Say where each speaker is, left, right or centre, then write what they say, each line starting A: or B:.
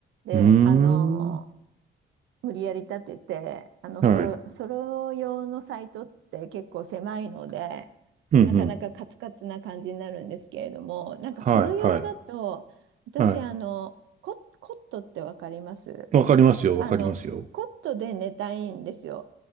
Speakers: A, on the right; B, on the right.
A: で、
B: うん。
A: あの、
B: うーん。
A: 無理やり立てて、あの、
B: はい。
A: ソロ、ソロ用のサイトって結構狭いので、
B: うんうん。
A: なかなかカツカツな感じになるんですけれども、なんかソロ用だと、
B: はいはい。
A: 私、
B: はい。
A: あの、コ、コットってわかります
B: わかりますよ。
A: あの、
B: わかりますよ。
A: コットで寝たいんですよ。